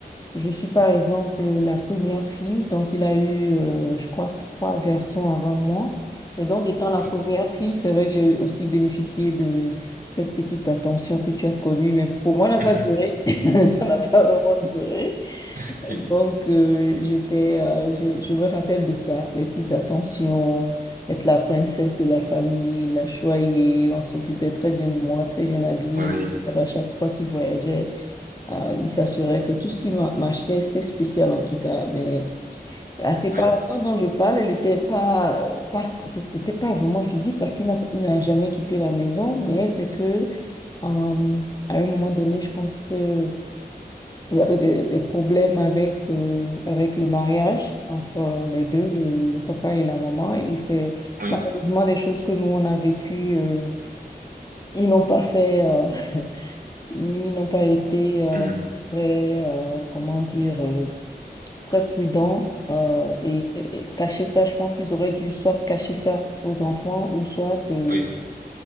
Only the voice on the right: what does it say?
ok.
<laughs>
Ok.
Oui,
oui,
oui,
hmm,
oui,